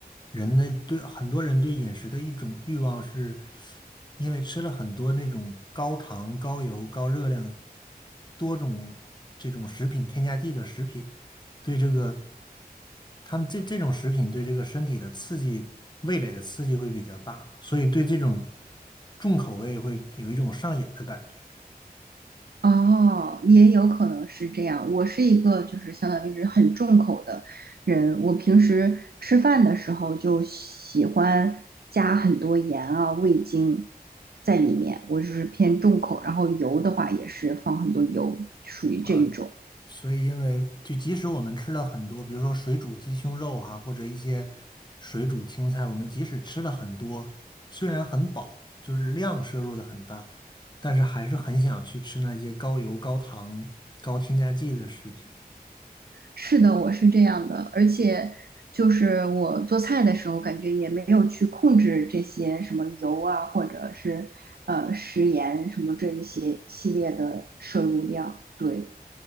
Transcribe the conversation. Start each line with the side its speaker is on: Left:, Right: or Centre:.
Left: 人的对很多人对饮食的一种欲望是，因为吃了很多那种高糖、高油、高热量、多种这种食品添加剂的食品，对这个，他们这这种食品对这个身体的刺激，味蕾的刺激会比较大，所以对这种重口味会有一种上瘾的感觉
Right: 哦，也有可能是这样。我是一个就是相当于是很重口的人，我平时吃饭的时候就喜欢加很多盐啊、味精在里面，我就是偏重口。然后油的话也是放很多油，属于这一种。
Left: 啊。所以，因为就即使我们吃了很多，比如说水煮鸡胸肉哈、或者一些水煮青菜，我们即使吃了很多，虽然很饱，就是量摄入的很大，但是还是很想去吃那些高油、高糖、高添加剂的食品。
Right: 是的，我是这样的，而且就是我做菜的时候，感觉也没有去控制这些什么油啊，或者是呃食盐什么这一些系列的摄入量，对。